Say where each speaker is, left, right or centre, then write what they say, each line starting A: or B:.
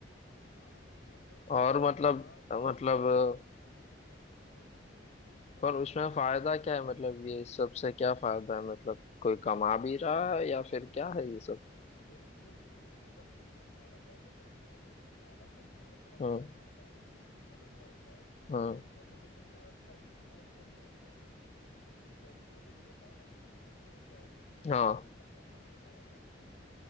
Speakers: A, on the left; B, on the left.
A: हाँ मतलब इसमें
B: और
A: कई कई
B: मतलब
A: बाहर से
B: मतलब
A: प्लेयर आते हैं इतने इंटरनेशनल प्लेयर आते हैं हाँ हाँ बताओ
B: पर उसमें फायदा क्या है मतलब ये सबसे क्या फायदा है मतलब कोई कमा भी रहा है या फिर
A: हम्म,
B: क्या है ये सब
A: बिल्कुल इनका बिजनेस मॉडल वैसे तो किसी को समझ में नहीं आता बट मेरे को थोड़ा बहुत
B: हम्म
A: समझ में आता है इनका बिजनेस मॉडल क्या होता है
B: हम्म
A: जैसे कि तुमने अगर कभी भी मैच देखे होंगे तो उनकी जर्सियों पे जो होता है ना हमेशा किसी ना
B: हाँ
A: किसी कंपनी का नाम लिखा रहता है